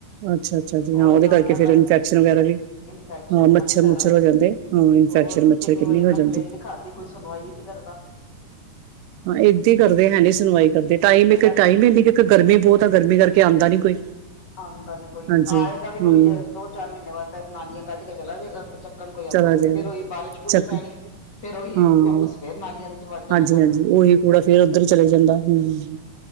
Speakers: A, on the right; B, on the left.
A: ਅੱਛਾ ਅੱਛਾ ਜੀ
B: ਉਹੀ
A: ਹਾਂ ਉਹਦੇ
B: ਨਾਲੀਆਂ
A: ਕਰਕੇ ਫੇਰ ਇਨਫੈਕਸ਼ਨ ਵਗੈਰਾ ਵੀ
B: ਇਨਫੈਕਸ਼ਨ
A: ਹਾਂ
B: ਮੱਛਰ
A: ਮੁੱਛਰ ਹੋ ਜਾਂਦੇ ਹਾਂ ਇਨਫੈਕਸ਼ਨ
B: ਹੋਰ
A: ਮੱਛਰ
B: ਕਿੰਨੀ ਵਾਰੀ
A: ਹੋ
B: ਕੰਪਲੇਨ
A: ਜਾਂਦੀ
B: ਲਿਖਾਤੀ ਕੋਈ ਸੁਣਵਾਈ ਨਹੀਂ ਕਰਦੇ। ਵ
A: ਹਾਂ ਏਦੀ ਹੀ ਕਰਦੇ ਹੈ ਨੀ ਸੁਣਵਾਈ ਕਰਦੇ ਟਾਈਮ ਇੱਕ
B: ਇਲੈਕਸ਼
A: ਟਾਈਮ ਹੈ ਨਹੀਂ ਇੱਕ ਗਰਮੀ ਬਹੁਤ ਆ। ਗਰਮੀ ਕਰਕੇ ਆਉਂਦਾ ਨੀ ਕੋਈ।
B: ਆਉਂਦਾ ਨੀ ਕੋਈ
A: ਹਾਂਜੀ
B: ਆਏਗਾ ਵੀ
A: ਹਮ
B: ਕੋਈ ਦੋ ਚਾਰ ਮਹੀਨੇ ਬਾਅਦ ਤਾਂ ਨਾਲੀਆਂ ਕੱਢ ਕੇ ਚਲਾ ਜਾਵੇਗਾ। ਚੱਕਣ ਕੋਈ ਆਉਂਦਾ,
A: ਚਲਾ
B: ਨੀ
A: ਜਾਏਗਾ
B: ਫੇਰ ਉਹੀ ਬਾਰਿਸ਼ ਬੁਰਿਸ਼
A: ਚੱਕ
B: ਪੈਣੀ ਫਿਰ ਉਹੀ
A: ਹਾਂ
B: ਵਾਪਸ ਫੇਰ ਨਾਲੀਆਂ ਦੇ ਚ ਵੜ ਜਾਣਾ
A: ਹਾਂਜੀ
B: ਗੰਦ।
A: ਹਾਂਜੀ ਉਹੀ ਕੂੜਾ ਫੇਰ ਉਧਰ ਚਲੇ ਜਾਂਦਾ ਹਮ।